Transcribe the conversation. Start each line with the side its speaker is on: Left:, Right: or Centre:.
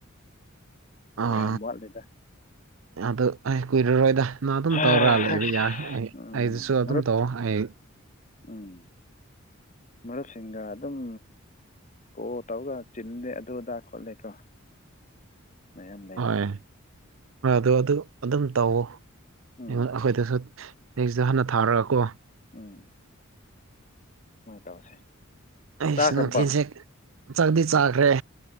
Right: ꯑꯥ
Left: ꯋꯌꯝ ꯋꯥꯠꯂꯤꯗ
Right: ꯑꯗꯨ ꯑꯥꯢ ꯀꯨꯏꯔꯔꯣꯏꯗ ꯅ ꯑꯗꯨꯝ
Left: ꯑꯁ
Right: ꯇꯧꯔ ꯂꯩꯕ ꯌꯥꯏ ꯑꯩ
Left: ꯎꯝ
Right: ꯑꯩꯗꯨꯁꯨ ꯑꯗꯨꯝ
Left: ꯃꯔꯨꯞ
Right: ꯇꯧ ꯑꯩ
Left: ꯎꯝ ꯃꯔꯨꯞꯁꯤꯡꯒ ꯑꯗꯨꯝ ꯀꯣ ꯇꯧꯔꯒ ꯆꯤꯟꯂꯦ ꯑꯗꯨ ꯑꯗꯥ ꯈꯣꯠꯂꯦꯀꯣ ꯃꯌꯥꯝ ꯂꯩꯕ
Right: ꯍꯣꯏ <unintelligible> ꯑꯗꯨ ꯑꯗꯨꯝ ꯇꯧꯋꯣ ꯑꯩꯉꯣꯟ
Left: ꯎꯝ
Right: ꯑꯩꯈꯣꯏꯗꯁꯨ <unintelligible> ꯍꯟꯅ ꯊꯥꯔꯀꯣ
Left: ꯎꯝ <unintelligible> ꯇꯧꯁꯦ
Right: ꯑꯩꯁ
Left: ꯆꯥꯈ꯭ꯔꯕꯣ
Right: ꯅꯣꯊꯤꯟꯁꯦ ꯆꯥꯛꯗꯤ ꯆꯥꯈ꯭ꯔꯦ